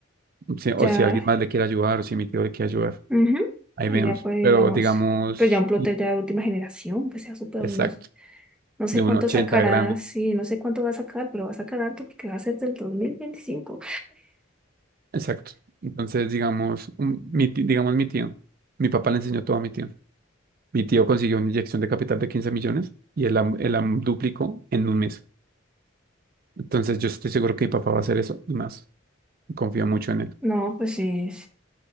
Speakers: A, on the right (about 45°); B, in the centre.
A: Si- o
B: ya.
A: si alguien más le quiere ayudar, o si mi tío le quiere ayudar,
B: Ujú.
A: ahí
B: Y
A: vemos.
B: ya pues digamos,
A: Pero digamos,
B: pues ya un plotter ya de última generación, que sea súper,
A: exacto,
B: no, no sé
A: de
B: cuánto
A: uno ochenta
B: sacará,
A: grande.
B: sí, no sé cuánto va a sacar, pero va a sacar harto porque va a ser del dos mil veinticinco
A: Exacto. Entonces, digamos, un- mi, ti- digamos mi tío, mi papá le enseñó todo a mi tío. Mi tío consiguió una inyección de capital de 15 millones y él la, él la duplicó en un mes. Entonces, yo estoy seguro que mi papá va a hacer eso y más. Confío mucho en él.
B: No, pues sí,